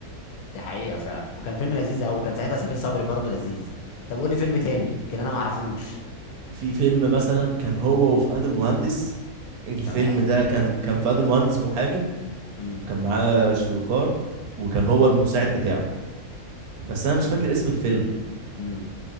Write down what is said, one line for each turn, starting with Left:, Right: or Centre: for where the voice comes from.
Left: دي حقيقة فعلا وكان فيلم لذيذ قوي وكان ساعتها سمير صبري برضو لذيذ طب قول لي فيلم تاني يمكن انا ما اعرفوش
Right: في فيلم مثلا كان هو وفؤاد المهندس الفيلم
Left: تمام
Right: ده كان كان فؤاد المهندس محامي
Left: امم
Right: كان معاه شويكار وكان هو المساعد بتاعه بس انا مش فاكر اسم الفيلم
Left: امم